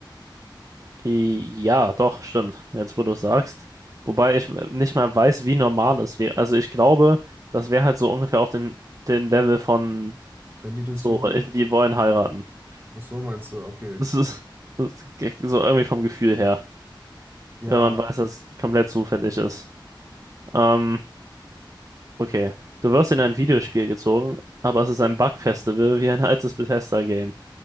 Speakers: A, on the right (about 40°); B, on the right (about 25°).
A: Äh, Ja, doch, stimmt. Jetzt, wo du es sagst. Wobei ich nicht mal weiß, wie normal es wäre. Also ich glaube, das wäre halt so ungefähr auf dem, dem Level von
B: Handy durchsuchen?
A: so, ich, wir wollen heiraten. <laughs>
B: Ach so, meinst du? Okay.
A: Das ist, das ist ge- so irgendwie vom Gefühl her,
B: Ja.
A: wenn man weiß, dass es komplett zufällig ist. Ähm, okay. Du wirst in ein Videospiel gezogen, aber es ist ein Bug-Festival wie ein altes Bethesda-Game.